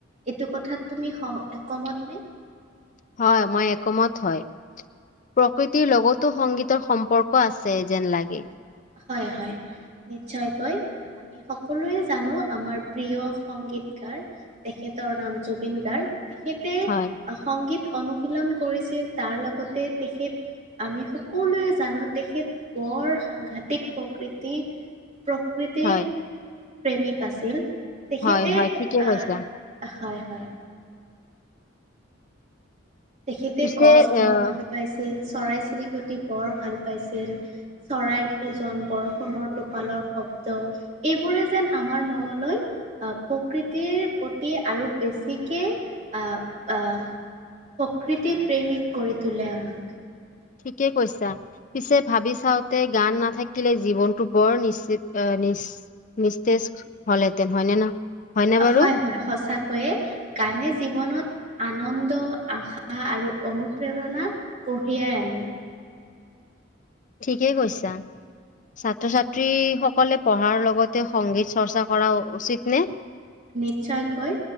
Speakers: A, on the right; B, on the left.
A: এইটো কথাত তুমি সহ, একমত নে?
B: হয়, মই একমত হয়। প্ৰকৃতিৰ লগতো সংগীতৰ সম্পৰ্ক আছে যেন লাগে।
A: হয় হয়, নিশ্চয়কৈ। আমি সকলোৱে জানো আমাৰ প্ৰিয় সংগীতকাৰ তেখেতৰ নাম জুবিন গাৰ্গ, তেখেতে
B: হয়,
A: সংগীত অনুশীলন কৰিছিল, তাৰ লগতে তেখেত আমি সকলোৱে জানো তেখেত বৰ সাংঘাটিক <unintelligible> প্ৰকৃতি, প্ৰকৃতিৰ
B: হয়,
A: প্ৰেমিক আছিল। তেখেতে
B: হয়, হয়, ঠিকে
A: আহ,
B: কৈছা।
A: হয়, হয়। তেখেতে
B: পিছে
A: গছ বৰ
B: আহ
A: ভাল পাইছিল, চৰাই চিৰিকটি বৰ ভাল পাইছিল। চৰাইৰ কোজন, বৰষুণৰ টোপালৰ শব্দ এইবোৰে যেন আমাৰ মনলৈ আহ, প্ৰকৃতিৰ প্ৰতি আৰু বেছিকে আহ, আহ প্ৰকৃতি প্ৰেমিক কৰি তোলে আমাক।
B: ঠিকে কৈছা। পিছে ভাবি চাওঁতে গান নাথাকিলে জীৱনতটো বৰ নিশ্চিত, আহ নিশ্চ নিষ্টেজ হ'লেতেন, হয়নে ন? হয়নে বাৰু?
A: হয়, হয় সঁচাকৈয়ে। গানে জীৱনত, আনন্দ, আশা আৰু অনুপ্ৰেৰণা কঢ়িয়াই আনে।
B: ঠিকেই কৈছা। ছাত্ৰ ছাত্ৰী সকলে পঢ়াৰ লগতে সংগীত চৰ্চা কৰা, উচিত নে?
A: নিশ্চয়কৈ,